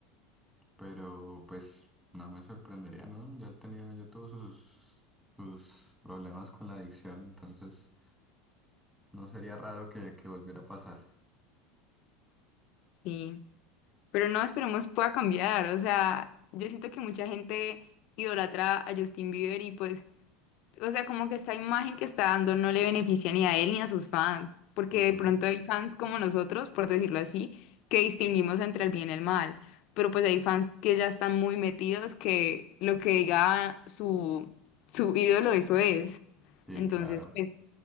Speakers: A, in the centre; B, on the left.
A: Pero pues no me sorprendería, ¿no? Ya tenía, ya tuvo sus, sus problemas con la adicción, entonces no sería raro que, que volviera a pasar.
B: sí. Pero no, esperemos pueda cambiar, o sea, yo siento que mucha gente idolatra a Justin Bieber y pues O sea, como que esta imagen que está dando no le beneficia ni a él ni a sus fans, porque
A: Ujú.
B: de pronto hay fans como nosotros, por decirlo así, que distinguimos entre el bien y el mal, pero pues hay fans que ya están muy metidos que lo que diga su, su ídolo eso es.
A: Sí,
B: Entonces,
A: claro,
B: pues,